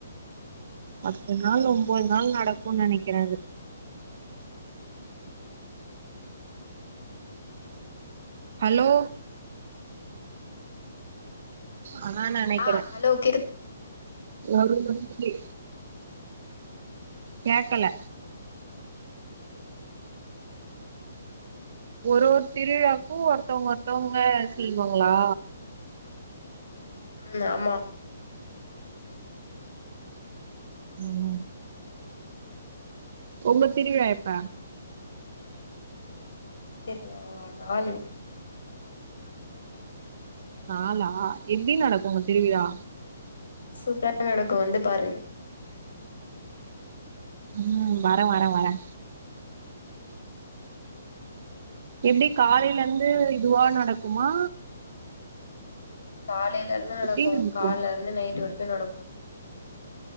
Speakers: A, on the right; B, on the left.
A: பத்து நாள் ஒம்போது நாள் நடக்குனு நினைக்கிறே அது ஹலோ ஆனா நனைக்கிறே
B: ஆ ஹலோ கேக்கு
A: ஒரு மணிக்கு கேக்கல ஒரு ஒரு திருவிழாக்கு ஒருத்தவங்க ஒருத்தவங்க செய்வாங்களா
B: ம் ஆமா
A: ம் உங்க திருவிழா எப்ப
B: திரு நாலு
A: நாலா எப்டி நடக்கு உங்க திருவிழா
B: சூப்பரா நடக்கு வந்து பாரு
A: ம் வரே வரே வரே எப்டி காலைல இருந்து இதுவா நடக்குமா
B: காலைல இருந்து நடக்கு
A: எப்டி நடக்கும்
B: கால்லருந்து நைட்டு வரிக்கு நடக்கு